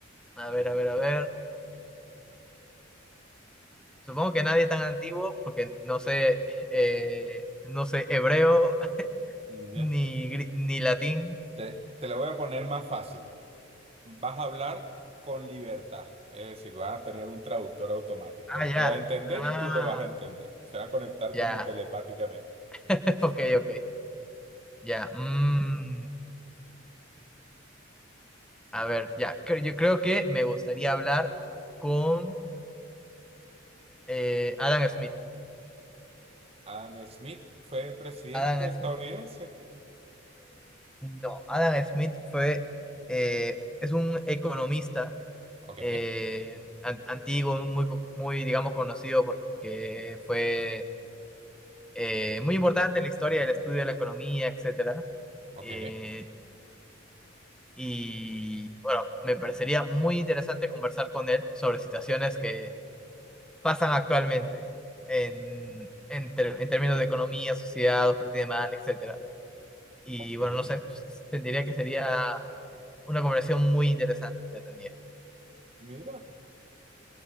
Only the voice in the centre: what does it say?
A ver, a ver, a ver. Supongo que nadie tan antiguo, porque no sé, eh, no sé hebreo <laughs>
ni, gri- ni latín.
Ah,
ya.
Ah,
ya.
<laughs> Ok, ok. Ya. Mm, a ver, ya. Cre- Yo creo que me gustaría hablar con eh, Adam Smith.
Adam
Smith.
no, Adam Smith fue, eh, es un economista
eh, an- antiguo, muy, po- muy, digamos, conocido porque fue eh, muy importante en la historia del estudio de la economía, etcétera.
Eh, y bueno, me parecería muy interesante conversar con él sobre situaciones que pasan actualmente en, en, ter- en términos de economía, sociedad, oferta y demanda, etcétera. Y
bueno, no sé, sentiría que sería una conversación muy interesante, entretenida.